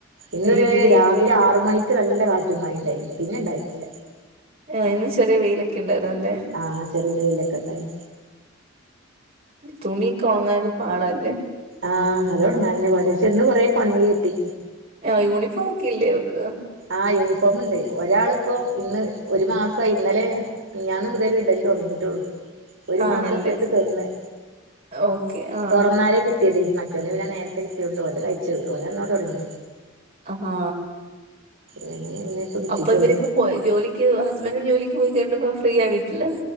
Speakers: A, on the right; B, on the right.
A: ഇന്നൊരു
B: ഇവിടെ
A: രാവിലെ
B: ഇവിടെ
A: ആറ് മണിക്ക് നല്ല കാറ്റും മഴയിണ്ടായി പിന്നെ ഉണ്ടായിട്ടില്ല
B: ആ ഇന്ന് ചെറിയ വെയിലൊക്കെ ഇണ്ടായിരുന്നല്ലേ
A: ആ ചെറിയ വെയിലൊക്കെ ഇണ്ടായി
B: തുണിക്കൊ ഉണങ്ങാനൊരു പാടല്ലേ?
A: ആഹാ അതോട്ങ്ങാനെന്നെ പാട് പഷെ ന്ന്കുറേ കൊണങ്ങി കിട്ടി
B: ആ യൂണിഫോമോ ഒക്കെ ഇല്ലേ ഓർക്ക്
A: ആ യൂണിഫോമുണ്ട് ഒരാളിപ്പോ ഇന്ന് ഒരു മാസായി ഇന്നലെ മിൻഞാന്ന് മുതല് ഇടല് തൊടങ്ങീട്ടൊള്ളൂ ഒരു
B: ആണല്ലേ
A: മാസ്പ്പെടുത്ത് തിന്ന്
B: ഓക്കെ ആഹ്
A: തൊറന്നാല് കിട്ട് കിട്ടിയത് മറ്റോന് പിന്നെ നേര്ത്തെ കിട്ടിയോണ്ട് ഓലതയിച്ച് ഓലെന്നൊ തൊടങ്ങി
B: അഹാ
A: ഓന് പിന്നെ ഇപ്പ കിട്ടിയിട്ടുള്ളൂ
B: അപ്പൊ ഇവരൊക്കെ പോയി ജോലിക്ക് ക്ക് ഹസ്ബൻഡും ജോലിക്ക് പോയി കഴിഞ്ഞപ്പോ ഫ്രീയ വീട്ടില്